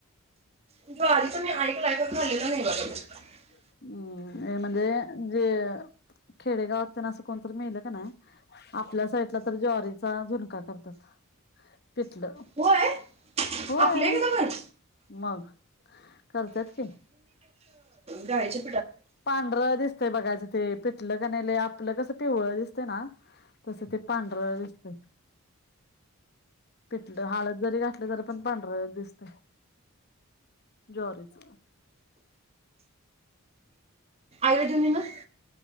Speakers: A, on the right; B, on the left.
A: ज्वारीचं मी <unintelligible>
B: हम् हे म्हणजे जे खेडेगावात त्यांना असं कोणतरी मेल का नाही आपल्या साइडला तर ज्वारीचा झुणका करतात. पिटलं
A: होय
B: होय
A: आपल्या इकडे पण
B: मग करत्यात कि.
A: गायच्या
B: पांढरं दिसतय बघायचं ते पिटलं. आपलं कस पिवळ दिसते ना तस ते पांढर दिसते. तिथल हळद जरी घाललं तरी पण पांढर दिसत ज्वारीच.
A: आयोजनी ना